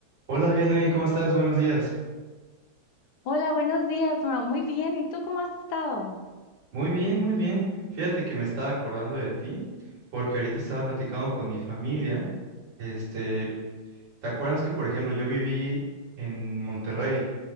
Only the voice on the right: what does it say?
Hola, Vianey, ¿cómo estás? Buenos días.
Muy bien, muy bien. Fíjate que me estaba acordando de ti, porque ahorita estaba platicando con mi familia. Este, ¿te acuerdas que, por ejemplo, yo viví en Monterrey?